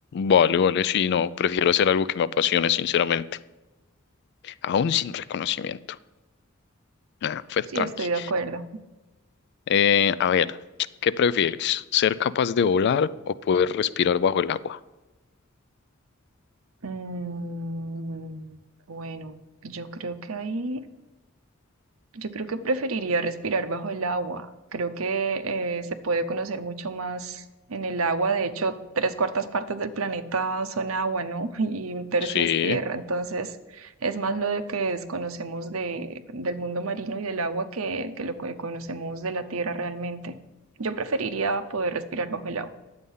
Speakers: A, on the left; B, on the right.
A: vale, vale, sí, no, prefiero hacer algo que me apasione, sinceramente. Aún sin reconocimiento. Nah, pues
B: Sí,
A: tranqui.
B: estoy de acuerdo.
A: Eh, a ver, ¿qué prefieres? ¿Ser capaz de volar o poder respirar bajo el agua?
B: Mm, bueno, yo creo que ahí Yo creo que preferiría respirar bajo el agua. Creo que eh, se puede conocer mucho más en el agua. De hecho, tres cuartas partes del planeta son agua, ¿no? <laughs> Y un tercio
A: Sí.
B: es tierra. Entonces, es más lo de que desconocemos de, del mundo marino y del agua que, que lo que conocemos de la tierra realmente. Yo preferiría poder respirar bajo el agua.